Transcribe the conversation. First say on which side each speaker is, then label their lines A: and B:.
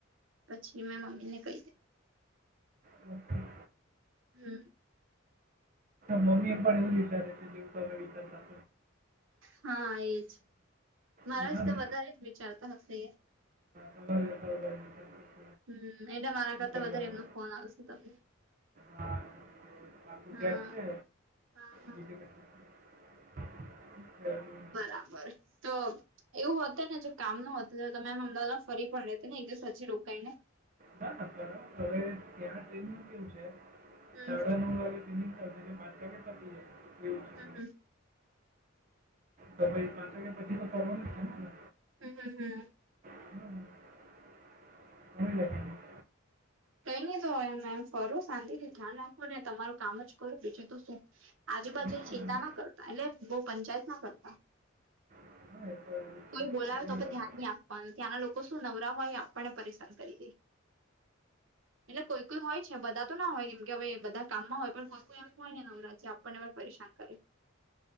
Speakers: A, on the right (about 70°); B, on the right (about 40°).
A: પછી મેં મમ્મી ને કહી
B: હમ
A: હમ
B: મમ્મી અમ્પાને શ વિચારે છે જેવ તો હમે વિચારતા
A: હા એજ મારા
B: કે હા
A: વિ
B: ને
A: વધારે જ વિચારતા હશે એ
B: <inaudible>
A: હમ એલે મારા
B: શું
A: કરતા
B: કરીએ
A: વધારે
B: હવે?
A: એમનો ફોન આવશે તમને
B: હા બાપુત
A: હા
B: છે
A: હા હા
B: બીજ ક અચા
A: બરાબર તો એવું હતું ને જો કામ ન હતું તો તમેમ અમદાવાદમાં ફરી પણ લેતે ને એકદ સાજી રોકાઈને
B: ના ના હવે ત્યાં ટ્રેન નું કેવું છે
A: હમ
B: સાડા નવ વાગે સ્મિને પાત્ર કે પતી જ એવું છે
A: હમ હમ
B: તો ભાઈ પાંચ વાગ્યા પછી તો ફનું છે ને
A: હમ હમ હમ
B: હમ મ લ
A: કઈ નહી તો હોય એ એમ ફર શાંતિથી ધ્યાન રાખો ને તમારું કામ જ કરો બીજું તો શું આજુબાજુની
B: હમ.
A: ચિંતા ના કરતા એટલે બહ પંચાયત ના કરતા
B: <inaudible>
A: કોઈ
B: છે.
A: બોલાવે તો પણ ધ્યાન
B: હમ.
A: નહી આપવાનું ત્યાંના લોકો શું નવરા હોય એ આપણને પરેશાન કરી દે એટલે કોઈ કોઈ હોય છે બધા તો ના હોય કેમ કેવે બધા કામમાં હોય પણ કોઈ કોઈ એમ હોય ને નવરાત પરેશાન કરે